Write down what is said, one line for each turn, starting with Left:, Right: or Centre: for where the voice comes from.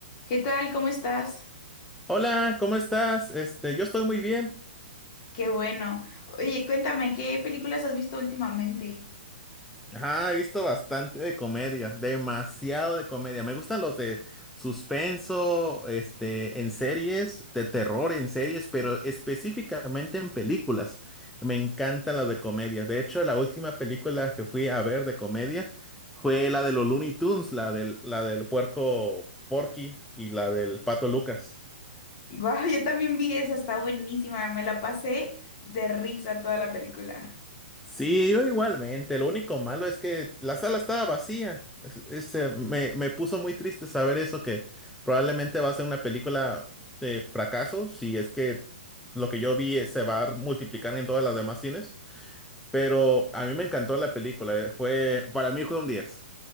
Left: ¿Qué tal? ¿Cómo estás?
Centre: Hola, ¿cómo estás? Este, yo estoy muy bien.
Left: Qué bueno. Oye, cuéntame, ¿qué películas has visto últimamente?
Centre: Ajá, he visto bastante de comedia, demasiado de comedia. Me gustan los de suspenso, este, en series, de terror en series, pero específicamente en películas. Me encantan las de comedia. De hecho, la última película que fui a ver de comedia fue la de los Looney Tunes, la del, la del puerco Porky y la del pato Lucas.
Left: <laughs> Guau, yo también vi esa, está buenísima, me la pasé de risa toda la película.
Centre: Sí, yo igualmente. Lo único malo es que la sala estaba vacía. Es- es, eh, me, me puso muy triste saber eso, que probablemente va a ser una película de fracaso, si es que lo que yo vi eh, se va a multiplicar en todas las demás cines. Pero a mí me encantó la película. eh, Fue, para mí fue un 10.